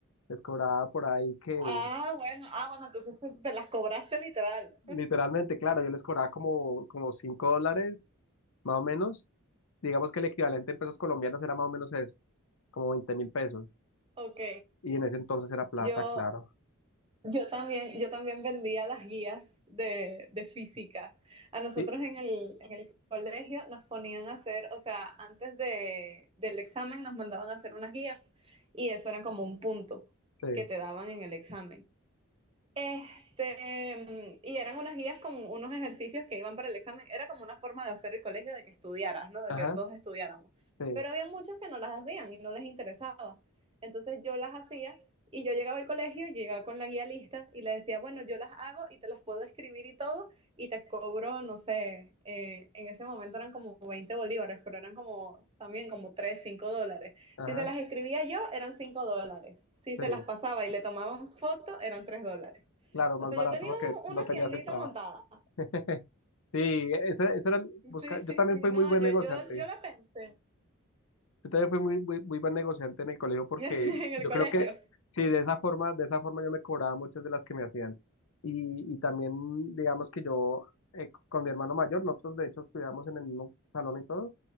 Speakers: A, on the left (about 65°); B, on the right (about 25°).
A: les cobraba por ahí que,
B: Ah, bueno, ah, bueno, entonces te, te las cobraste literal.
A: literalmente, claro, yo les cobraba como, como 5 dólares, más o menos. Digamos que el equivalente en pesos colombianos era más o menos eso, como veinte mil pesos.
B: Ok.
A: Y en ese entonces era plata,
B: Yo,
A: claro.
B: Yo también, yo también vendía las guías de, de física. A nosotros
A: Y,
B: en el, en el colegio nos ponían a hacer, o sea, antes de, del examen nos mandaban a hacer unas guías y eso era como un punto
A: sí,
B: que te daban en el examen. Este, y eran unas guías con unos ejercicios que iban para el examen. Era como una forma de hacer el colegio de que estudiaras, ¿no? De
A: ajá,
B: que todos estudiáramos.
A: sí,
B: Pero había muchos que no las hacían y no les interesaba. Entonces yo las hacía y yo llegaba al colegio, yo llegaba con la guía lista y le decía, bueno, yo las hago y te las puedo escribir y todo y te cobro, no sé, eh, en ese momento eran como 20 bolívares, pero eran como también como 3, 5 dólares.
A: ajá,
B: Si se las escribía yo, eran 5 dólares. Si
A: sí.
B: se las pasaba y le tomaban foto, eran 3 dólares.
A: Claro, más
B: O sea,
A: barato
B: yo tenía
A: porque
B: un-
A: no
B: una
A: tenías
B: tiendita
A: el trabajo.
B: montada.
A: <laughs> Sí, eso, eso era, el- buscar,
B: Sí, sí,
A: yo también
B: sí.
A: fui
B: No,
A: muy buen
B: yo,
A: negociante.
B: yo, yo la pensé
A: Yo también fui muy, muy, muy buen negociante en el colegio
B: <laughs>
A: porque
B: en el
A: yo
B: colegio.
A: creo que sí, de esa forma, de esa forma yo me cobraba muchas de las que me hacían. Y, y también, digamos que yo, eh, con mi hermano mayor, nosotros de hecho estudiamos en el mismo salón y todo,